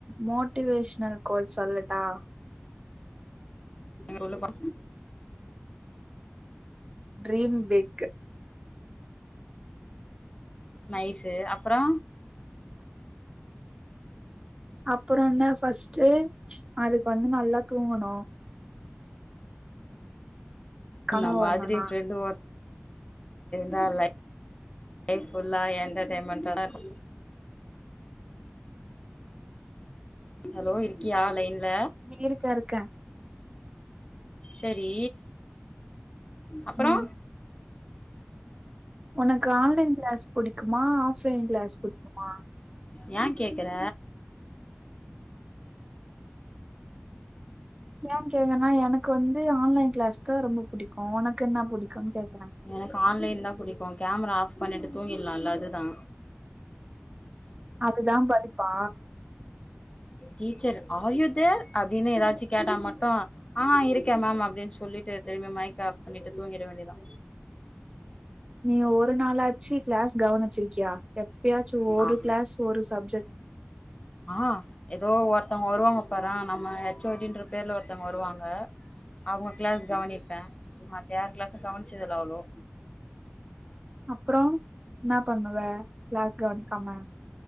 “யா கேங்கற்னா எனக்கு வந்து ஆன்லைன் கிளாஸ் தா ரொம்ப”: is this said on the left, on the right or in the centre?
Right